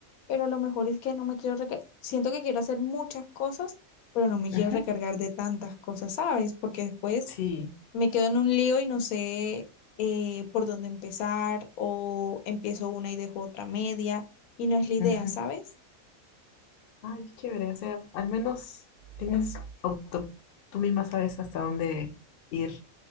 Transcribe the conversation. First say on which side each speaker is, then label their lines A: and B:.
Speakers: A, on the left; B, on the left.
A: pero a lo mejor es que no me quiero recargar. Siento que quiero hacer muchas cosas, pero no me quiero
B: Ujú.
A: recargar de tantas cosas, ¿sabes? Porque después
B: Sí.
A: me quedo en un lío y no sé eh, por dónde empezar o empiezo una y dejo otra media y no es la idea,
B: Ujú.
A: ¿sabes?
B: Ay, qué chévere. O sea, al menos tienes auto, tú misma sabes hasta dónde ir.